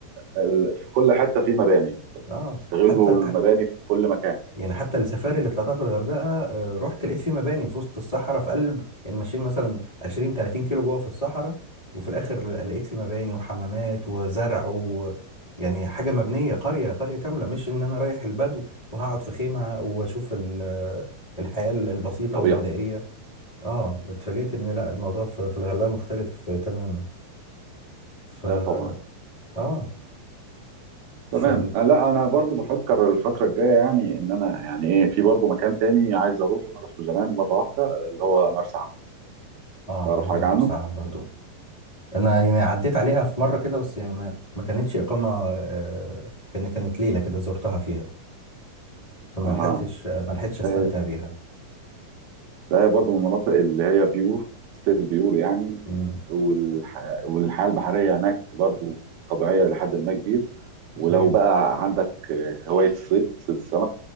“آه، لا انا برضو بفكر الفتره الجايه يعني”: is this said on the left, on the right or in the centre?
Right